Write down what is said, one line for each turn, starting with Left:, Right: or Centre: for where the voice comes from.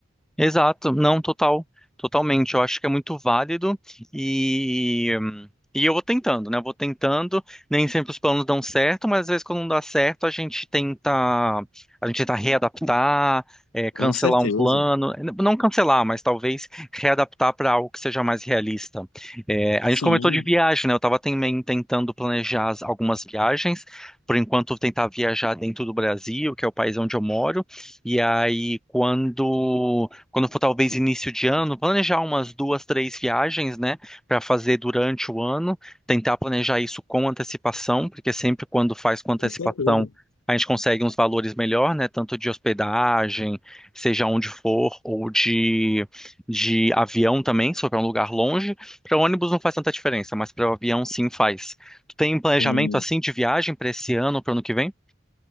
Centre: Exato, não, total, totalmente. Eu acho que é muito válido e e eu vou tentando, né? Eu vou tentando. Nem sempre os planos dão certo, mas às vezes quando não dá certo, a gente tenta, a gente tenta readaptar, eh, cancelar
Left: Com certeza.
Centre: um plano, eh, não cancelar, mas talvez readaptar para algo que seja mais realista. Eh, a
Left: Sim,
Centre: gente comentou de viagem, né? Eu estava também tentando planejar as- algumas viagens. Por enquanto, tentar viajar dentro do Brasil, que é o país onde eu moro. E aí, quando quando for talvez início de ano, planejar umas duas, três viagens, né, para fazer durante o ano, tentar planejar isso com antecipação, porque sempre quando faz com antecipação,
Left: com certeza.
Centre: a gente consegue uns valores melhor, né, tanto de hospedagem, seja onde for, ou de, de avião também, se for para um lugar longe. Para ônibus não faz tanta diferença, mas para o avião sim faz. Tu tem um planejamento
Left: Tem
Centre: assim de viagem para esse ano, para o ano que vem?